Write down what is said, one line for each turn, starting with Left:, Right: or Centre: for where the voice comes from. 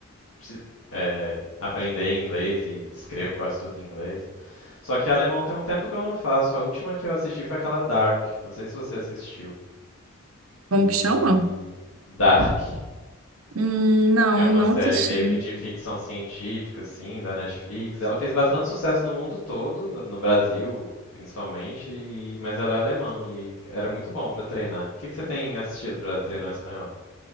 Left: preciso, é, aprender inglês e escrevo quase tudo em inglês. Só que alemão tem um tempo que eu não faço. A última que eu assisti foi aquela Dark. Não sei se você assistiu.
Right: Como
Left: E
Right: que chama?
Left: Dark.
Right: Hum, não,
Left: É uma
Right: não
Left: série
Right: assisti.
Left: meio que de ficção científica, assim, da Netflix. Ela fez bastante sucesso no mundo todo, no Brasil principalmente, e- mas ela é alemã e era muito bom pra treinar. O que que você tem assistido pra treinar o espanhol?